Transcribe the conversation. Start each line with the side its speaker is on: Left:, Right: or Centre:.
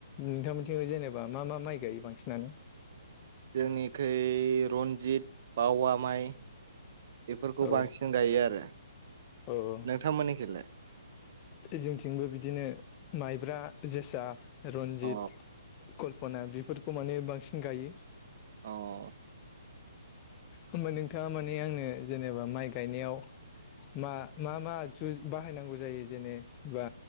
Left: नोंथांमोनथि जेनेबा मा मा माइ गायो बांसिनानो
Right: जोंनिखै रन्जित बावा माइ बेफोरखौ
Left: औ
Right: बांसिन गायो आरो
Left: औ औ
Right: नोंथांमोननिखलाय
Left: जोंथिंबो बिदिनो माइब्रा जोसा रन्जित
Right: अ
Left: कल्पना बेफोरखौ माने बांसिन गायो
Right: औ
Left: होनोमबा नोंथाङा मानिे आंनो जेनेबा माइ गायनायाव मा मा मा आगजु बाहायनांगौ जायो बिदिनो बा